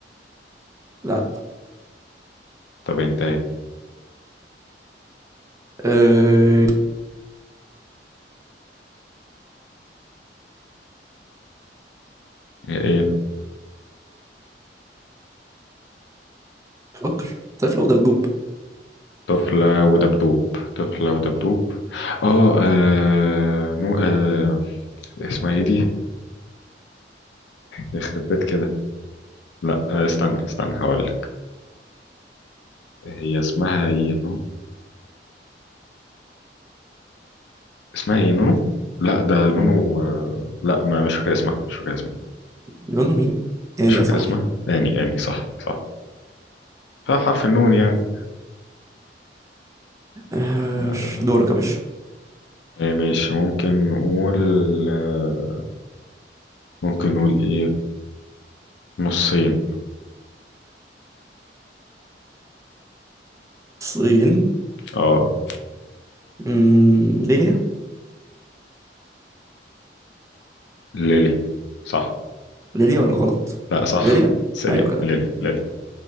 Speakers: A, on the right; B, on the left.
A: لا
B: طب انت ايه
A: أه...
B: ايه
A: فكر طفلة وده بتدوب
B: طفلة ودبدوب طفلة ودبدوب اه آه، نو آه اسمها ايه دي يخرب بيت كده لا آه استنى استنى هقول لك هي اسمها ايه اسمها ايه نونو لا ده نونو آه، لا ما مش فاكر اسمها مش فاكر اسمها
A: نونو مين تاني
B: مش فاكر
A: يا صاحبي
B: اسمها يعني يعني صح صح فحرف النون يعني
A: آه
B: آه،
A: دورك يا باشا
B: آه، ماشي ممكن نقول آه، ممكن نقول ايه نصين
A: الصين
B: اه
A: مم، ليبيا
B: ليلي صح
A: ليبيا ولا غلط
B: لا صح
A: ليبيا
B: سلي
A: ايوه كده
B: ليلي ليلي